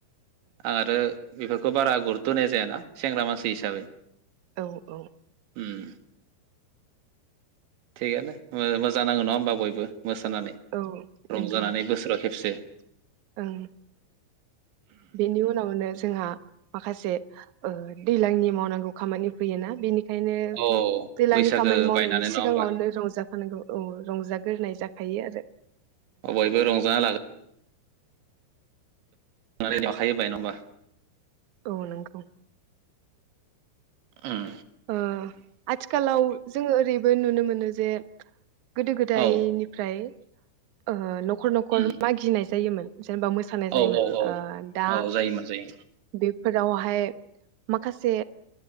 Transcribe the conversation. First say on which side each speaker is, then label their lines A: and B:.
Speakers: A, on the right; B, on the right.
A: आं आरो बेफोरखौ बारा गुर होनाय जायाना सेंग्रा मानसि हिसाबै
B: औ औ
A: उम थिगानो मोजां नाङौ नङा होनोमबा बयबो मोसानानै
B: औ नंगौ
A: रंजानानै बोसोराव खेबसे <unintelligible>
B: ओं बेनि उनावनो जोंहा माखासे ओ दैज्लांनि मावनांगौ खामानि फैयोना बिनिख ओंखायनो
A: औ
B: दैलांनि
A: बैसागो
B: खामानि मावनायनि
A: बायनानै नङा
B: सिगाङावनो
A: होमबा
B: रंजाखानांगौ। औ रंजाग्रोनाय जाखायो आरो।
A: औ बयबो रंजाना <unintelligible> खायो बाय ना होमबा।
B: औ नोंगौ।
A: उम
B: ओ आथिखालाव जोङो ओरैबो नुनो मोनो जे गोदो गोदायनिफ्राय
A: औ
B: ओ नख न'खर न'खर
A: उम
B: मागिनाय जायोमोन। जेनेबा मोसानाय जायोमोन
A: औ औ औ
B: ओ दा
A: औ जायोमोन जायोमोन
B: बे फोरावहाय माखासे